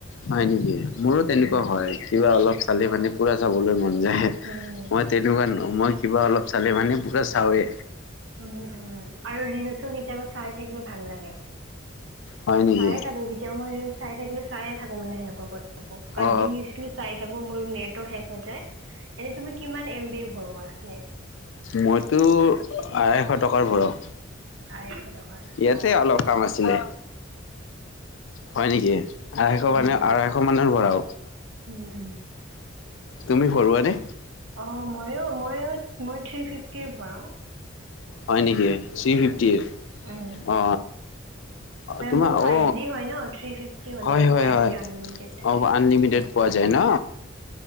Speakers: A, on the left; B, on the right.
A: হয় নেকি, মোৰো তেনেকুৱা
B: উম।
A: হয় কিবা অলপ চালি
B: অ'।
A: মানি পুৰা চাবলৈ মন নাহে,
B: উম,
A: মই তেনেকুৱা ন মই কিবা অলপ চালে মানে পোৰা চাওৱে।
B: উম উম, আৰু ৰিলচো কেতিয়াবা চাই থাকিলে ভাল লাগে।
A: হয় নেকি?
B: চায়ে থাকো কেতিয়াও মই ৰিলচ চাই থাকিলে চায়ে থাকো মানে সেনেকুৱা ক আকো কটিনিউচলি
A: অ
B: চাই থাকো মোৰ নেট টো শেষ হয যায়, এনে তুমি কিমান এম বিৰ ভৰোৱা নেট?
A: মইতো আই এশ টকাৰ ভৰাও।
B: আঢ়ৈশ টকাৰ
A: ইয়াতে
B: অ'।
A: অলপ কাম আছিলে। হয় নেকি আঢ়াইশ
B: উম,
A: মানে আঢ়ৈশ মানৰ ভৰাও।
B: উম উম।
A: তুমি ভৰুৱা নে?
B: অ মইয়ো মইয়ো মই থ্ৰী ফিফটিৰ ভৰাওঁ।
A: হয় নেকি থ্ৰী ফিফটি
B: উম।
A: অ তোমাৰ
B: মোৰ ফাইভ
A: অ
B: জি হয় ন থ্ৰী ফিফটি হ'লে
A: হয়
B: আৰু
A: হয়
B: ফাইভ
A: হয়
B: জি আনলিমিটেড থাকে।
A: অ আনলিমিটেড যে ন?